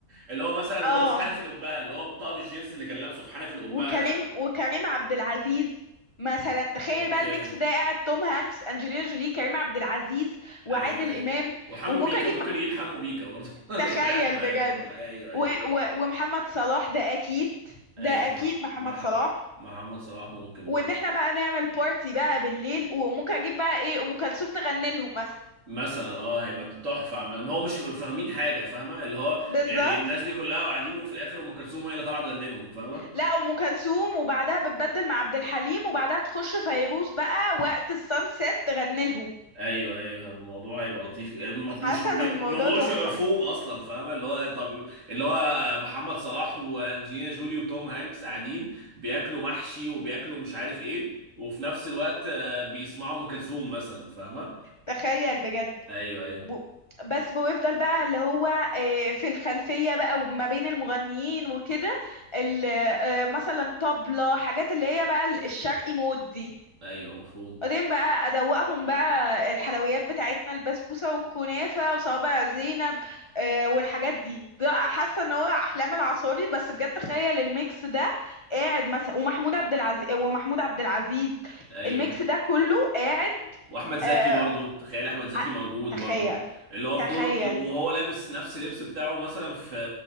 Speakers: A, on the right; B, on the left.
A: اللي هو مثلا
B: اه
A: وهو في حنفي القبهه اللي هو بطقم الجينز اللي كان لابسه في حنفي القبهه
B: وكريم
A: ده
B: وكريم عبد العزيز مثلا تخيل
A: اوكي
B: بقى الميكس ده قاعد توم هانكس انجلينا جولي كريم عبد العزيز وعادل
A: ايوه ايوه
B: امام
A: وحمو
B: وممكن
A: بيكا
B: اجيب
A: ممكن يجيب حمو بيكا برضه <laughs>
B: تخيل
A: يبقى قاعد معاه
B: بجد
A: هو. ايوه ايوه
B: و و ومحمد صلاح ده اكيد
A: ايوه
B: ده اكيد
A: محمد
B: محمد
A: مح-
B: صلاح
A: محمد صلاح ممكن
B: وان
A: برضه
B: احنا بقى نعمل بارتي بقى بالليل وممكن اجيب بقى ايه ام كلثوم تغني لهم مثلا
A: مثلا اه هيبقى تحفه عم- ما هو مش هيبقوا فاهمين حاجه فاهمه اللي هو
B: بالظبط
A: يعني الناس دي كلها قاعدين وفي الاخر ام كلثوم هي اللي طلعت تغني لهم فاهمه
B: لا ام كلثوم وبعدها بتبدل مع عبد الحليم وبعدها تخش فيروز بقى وقت السانسيت تغني لهم
A: ايوه ايوه الموضوع هيبقى لطيف آه، م-
B: حسن
A: مش م- الموضوع
B: الموضوع تحفة
A: مش هيبقى مفهوم اصلا فاهمه اللي هو طب اللي هو محمد صلاح وانجلينا جولي وتوم هانكس قاعدين بياكلوا محشي وبياكلوا مش عارف ايه وفي نفس الوقت آه، بيسمعوا ام كلثوم مثلا فاهمه
B: تخيل بجد
A: ايوه ايوه
B: وب- بس بيفضل بقى اللي هو آه، في الخلفية بقى وما بين المغنيين وكده ال- آه، مثلا طبلة حاجات اللي هي بقى الشرقي مود دي
A: ايوه مفهوم
B: بعدين بقى أدوقهم بقى الحلويات بتاعتنا البسبوسة والكنافة وصوابع زينب آه، والحاجات دي ده حاسة ان هو أحلام العصاري بس بجد تخيل الميكس ده قاعد مثلا ومحمود عبد العزيز ومحمود عبد العزيز
A: ايوه
B: الميكس ده كله قاعد
A: واحمد زكي
B: آه،
A: برضو تخيل احمد زكي
B: ع-
A: موجود
B: تخيل
A: برضو اللي هو
B: تخيل
A: في دور وهو لابس نفس اللبس بتاعه مثلا في